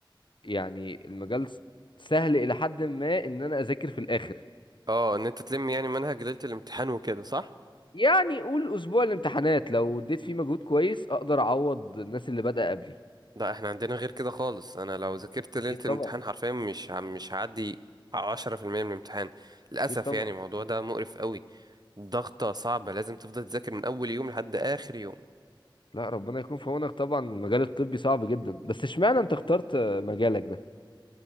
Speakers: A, on the left (about 65°); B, on the right (about 50°).
A: يعني المجال س- سهل الى حد ما ان انا اذاكر في الاخر
B: اه ان انت تلم يعني منهج ليلة الامتحان وكده صح
A: يعني قول اسبوع الامتحانات لو اديت فيه مجهود كويس اقدر اعوض الناس اللي بدأ قبلي
B: لا احنا عندنا غير كده خالص انا لو ذاكرت ليلة
A: اكيد
B: الامتحان
A: طبعا
B: حرفيا مش ه- مش هعدي 10% من الامتحان للاسف
A: اكيد طبعا
B: يعني الموضوع ده مقرف قوي ضغطة صعبة لازم تفضل تذاكر من اول يوم لحد اخر يوم
A: لا ربنا يكون في عونك طبعا المجال الطبي صعب جدا بس اشمعنى انت اخترت آه، مجالك ده